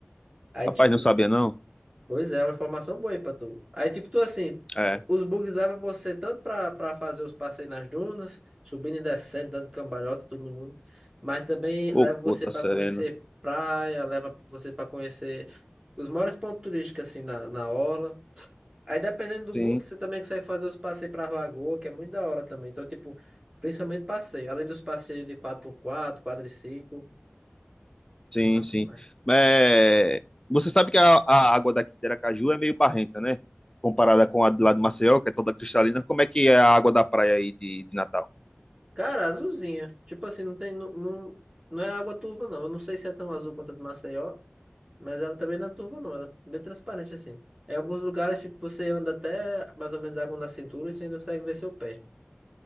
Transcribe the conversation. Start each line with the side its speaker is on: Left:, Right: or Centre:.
Right: Aí,
Left: Rapaz,
Right: tipo,
Left: não sabia, não?
Right: Pois é, é uma informação boa aí pra tu. Aí, tipo, tu assim,
Left: É.
Right: os bugs levam você tanto pra, pra fazer os passeios nas dunas, subindo e descendo, dando cambalhota, todo mundo, mas também
Left: Ô,
Right: leva
Left: puta
Right: você pra
Left: serena.
Right: conhecer praia, leva você pra conhecer os maiores pontos turísticos, assim, na, na orla. Aí, dependendo do
Left: Sim.
Right: bug, você também consegue fazer os passeios pra lagoa, que é muito da hora também. Então, tipo, principalmente passeio. Além dos passeios de quatro por quatro quadriciclo,
Left: Sim,
Right: massa
Left: sim.
Right: demais.
Left: É, você sabe que a, a água daqui de Aracaju é meio barrenta, né? Comparada com a de lá de Maceió, que é toda cristalina. Como é que é a água da praia aí de, de Natal?
Right: Cara, azulzinha. Tipo assim, não tem, não, não, não é água turva, não. Eu não sei se é tão azul quanto a do Maceió, mas ela também não é turva, não. Ela é bem transparente, assim. Em alguns lugares, tipo, você anda até mais ou menos água na cintura e você ainda consegue ver seu pé.